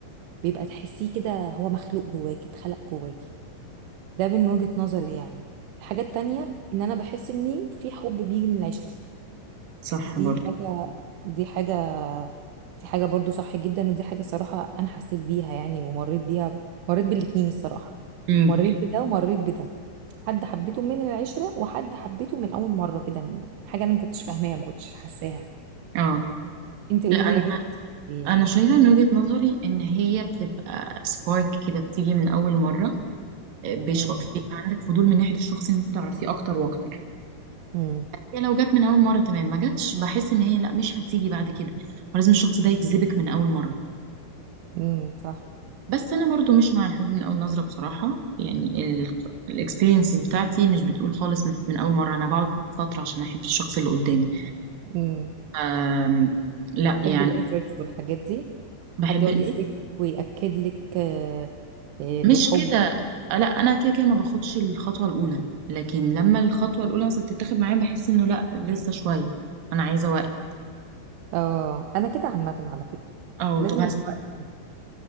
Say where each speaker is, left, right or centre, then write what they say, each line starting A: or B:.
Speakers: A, on the right (about 80°); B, on the right (about 55°).
A: بيبقى تحسيه كده هو مخلوق جواكي اتخلق جواكي ده من وجهه نظري يعني الحاجه التانية ان انا بحس اني في حب بيجي من العشره
B: صح
A: دي
B: برضه
A: حاجه دي حاجه دي حاجه برضو صح جدا ودي حاجه الصراحه انا حسيت بيها يعني ومريت بيها مريت بالاتنين الصراحه
B: امم
A: مريت بده ومريت بده حد حبيته من العشرة وحد حبيته من أول مرة كده م- حاجة أنا ما كنتش فاهماها ما كنتش حاساها
B: اه
A: أنت قولي
B: لا انا
A: لي وجهة نظرك إيه
B: انا شايفه من وجهة نظري ان هي بتبقى سبارك كده بتيجي من اول مره بيش-
A: امم
B: بيبقى عندك فضول من ناحيه الشخص ان انت تعرفيه اكتر واكتر
A: امم
B: يعني لو جت من اول مره تمام ما جاتش بحس ان هي لا مش هتيجي بعد كده لازم الشخص ده يجذبك من اول مره
A: امم صح
B: بس انا برضو مش مع الحب من اول نظره بصراحه يعني الاكسبيرينسز بتاعتي مش بتقول خالص من, من اول مره انا بقعد فتره عشان احب الشخص اللي قدامي
A: امم
B: أم لا
A: بحب
B: يعني
A: الإيفورتس والحاجات دي
B: بحب
A: حد يقعد
B: الايه
A: يثبت لك ويأكد لك آه، آه، بحبه
B: مش كده آه، لا انا كده كده ما باخدش الخطوه الاولى لكن لما الخطوه الاولى مثلا بتتاخد معايا بحس انه لا لسه شويه انا عايزه وقت
A: اه أنا كده عامة على فكرة
B: اه
A: لازم
B: طب هس...
A: الوقت